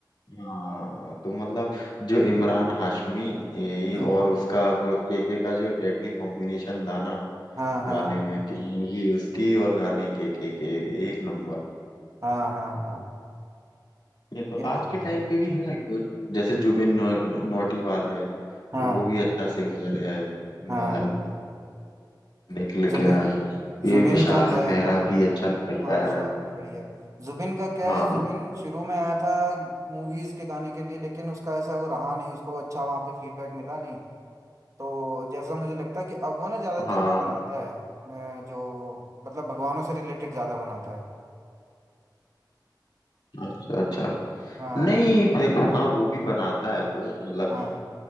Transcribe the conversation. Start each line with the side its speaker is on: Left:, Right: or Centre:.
Left: हाँ तो मतलब जो इमरान हाशमी ये
Right: हम्म
Left: और उसका केके का जो डेडली कॉम्बिनेशन था ना
Right: हाँ हाँ
Left: गाने में कि मूवी उसकी और गाने केके के एक नंबर
Right: हाँ हाँ हाँ
Left: ये तो
Right: ये
Left: आज
Right: तो है
Left: के टाइम पे भी है कुछ जैसे जुबिन नौ, नौ- नौटियाल है तो
Right: हाँ
Left: वो भी अच्छा सिंगर है
Right: हाँ
Left: नया निकल
Right: जुबिन
Left: गया है ये
Right: जुबिन
Left: विशाल
Right: का क्या है
Left: मेहरा
Right: ना
Left: भी अच्छा निकल
Right: हाँ
Left: गया
Right: विशाल
Left: है
Right: भी बढ़िया है। जुबिन का क्या
Left: हाँ
Right: है जुबिन शुरू में आया था मूवीज के गाने के लिए लेकिन उसका ऐसा वो रहा नहीं उसको अच्छा वहाँ पे फीडबैक मिला नहीं तो जैसा मुझे लगता है कि अब वो ना ज्यादातर
Left: हाँ
Right: वो बनाता है अ, जो मतलब भगवानों से रिलेटेड ज्यादा बनाता है
Left: अच्छा अच्छा
Right: हाँ
Left: नहीं देखो हाँ वो भी बनाता है वो मतलब
Right: हाँ